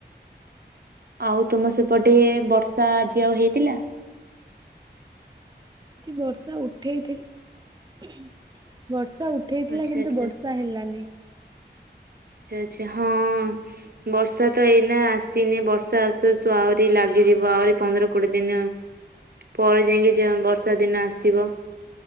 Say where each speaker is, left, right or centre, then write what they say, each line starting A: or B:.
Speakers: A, on the right; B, on the right.
A: ଆଉ ତୁମ ସେପଟେ ବର୍ଷା ଆଜି ଆଉ ହେଇଥିଲା?
B: ବର୍ଷା ଉଠେଇଥିଲା ବର୍ଷା ବର୍ଷା ଉଠେଇଥିଲା
A: ଆଚ୍ଛା
B: କିନ୍ତୁ
A: ଆଚ୍ଛା
B: ବର୍ଷା ହେଲାନି।
A: ଆଛା ହଁ ବର୍ଷା ତ ଏଇନା ଆସିନି ବର୍ଷା ଆସୁ ଆହୁରି ଲାଗିଯିବ ଆହୁରି ପନ୍ଦର କୋଡ଼ିଏ ଦିନ ପରେ ଯାଇକି ବର୍ଷା ଦିନ ଆସିବ।